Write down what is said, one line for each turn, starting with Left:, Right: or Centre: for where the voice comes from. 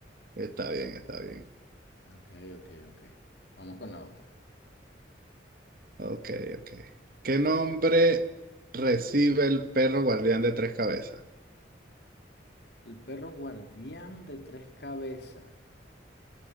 Right: Está bien, está bien.
Left: Ok, ok, ok. Vamos con la otra.
Right: Ok, ok. ¿Qué nombre recibe el perro guardián de tres cabezas?
Left: El perro guardián de tres cabezas.